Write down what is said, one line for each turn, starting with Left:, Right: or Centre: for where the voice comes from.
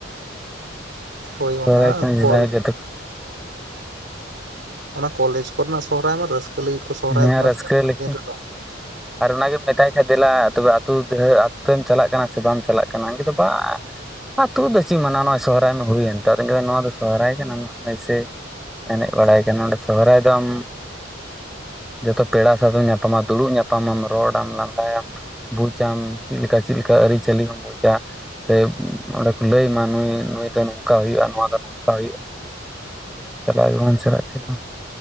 Centre: ᱾ <inaudible>
Right: ᱦᱳᱭ ᱚᱱᱟ
Centre: ᱥᱚᱨᱦᱟᱭ ᱠᱚ ᱦᱚᱸ
Right: ᱠᱚᱞ
Centre: <unintelligible>
Right: ᱚᱱᱟ ᱠᱚᱞᱮᱡᱽ ᱠᱚᱨᱮᱱᱟᱜ ᱥᱚᱦᱟᱨᱟᱭ ᱢᱟ ᱨᱟᱹᱥᱠᱟᱹ ᱞᱟᱹᱜᱤᱫ ᱠᱚ ᱥᱚᱦᱟᱨᱟᱭᱚᱜ
Centre: ᱦᱮᱸ
Right: ᱠᱟᱱᱟ
Centre: ᱨᱟᱹᱥᱠᱟᱹ
Right: ᱥᱮᱨᱢᱟ
Centre: ᱞᱮᱠᱷᱟᱱ
Right: ᱫᱤᱱ ᱨᱮᱫᱚ ᱾
Centre: ᱟᱨ ᱚᱱᱟᱜᱮᱢ ᱢᱮᱛᱟᱭ ᱠᱷᱟᱡ ᱫᱮᱞᱟ ᱛᱚᱵᱮ ᱟᱛᱳ ᱛᱮ ᱟᱛᱳ ᱛᱮᱢ ᱪᱟᱞᱟᱜ ᱠᱟᱱᱟ ᱥᱮ ᱵᱟᱢ ᱪᱟᱞᱟᱜ ᱠᱟᱱᱟ <unintelligible> ᱟᱨ ᱟᱛᱩ ᱨᱮ ᱫᱚ ᱪᱮᱫ ᱢᱟᱱᱟ ᱱᱚᱣᱟ ᱥᱚᱦᱟᱨᱟᱭ ᱢᱟ ᱦᱩᱭᱮᱱ <unintelligible> ᱱᱚᱣᱟ ᱫᱚ ᱥᱚᱦᱟᱨᱟᱭ ᱠᱟᱱᱟ <unintelligible> ᱮᱱᱮᱡ ᱵᱟᱲᱟᱭ ᱠᱟᱱᱟ ᱚᱸᱰᱮ ᱥᱚᱦᱨᱟᱭ ᱫᱚᱢ ᱡᱚᱛᱚ ᱯᱮᱲᱟ ᱥᱟᱛᱮᱢ ᱧᱟᱯᱟᱢᱟ ᱫᱩᱲᱩᱵ ᱧᱟᱯᱟᱢᱟᱢ ᱨᱚᱲᱟᱢ ᱞᱟᱸᱫᱟᱭᱟᱢ ᱾ ᱵᱩᱡᱽᱟᱢ ᱪᱮᱫ ᱞᱮᱠᱟ ᱪᱮᱫ ᱞᱮᱠᱟ ᱟᱹᱨᱤᱪᱟᱹᱞᱤ ᱦᱚᱸᱢ ᱵᱩᱡᱟ ᱾ ᱥᱮ ᱚᱸᱰᱮ ᱠᱚ ᱞᱟᱹᱭᱟᱢᱟ ᱱᱩᱭ ᱱᱩᱭ ᱫᱚ ᱱᱚᱝᱠᱟ ᱦᱳᱭᱳᱜᱼᱟ, ᱱᱚᱣᱟ ᱫᱚ ᱱᱚᱝᱠᱟ ᱦᱳᱭᱳᱜᱼᱟ ᱾ ᱪᱟᱞᱟᱣ ᱜᱮ ᱵᱟᱢ ᱪᱟᱞᱟᱜ ᱠᱷᱟᱡ ᱫᱚ